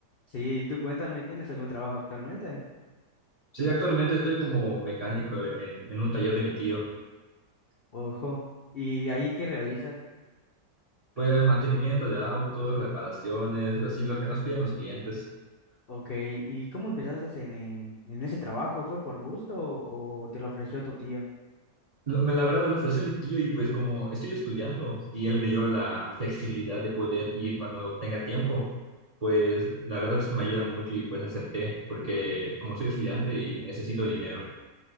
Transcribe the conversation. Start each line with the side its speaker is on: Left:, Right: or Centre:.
Left: Sí, tú cuéntame, ¿tienes algún trabajo actualmente?
Right: Sí, actualmente estoy como mecánico en, en un taller de mi tío.
Left: Ojo, ¿y ahí qué realizas?
Right: Pues mantenimiento de autos, reparaciones, así lo que nos piden los clientes.
Left: Ok, ¿y cómo empezaste en, eh, en ese trabajo? ¿Fue por gusto o te lo ofreció tu tío?
Right: Lo- me- La verdad me lo ofreció mi tío y pues como estoy estudiando y él me dio la flexibilidad de poder ir cuando tenga tiempo, pues la verdad es que me ayuda mucho y pues acepté porque como soy estudiante y necesito dinero.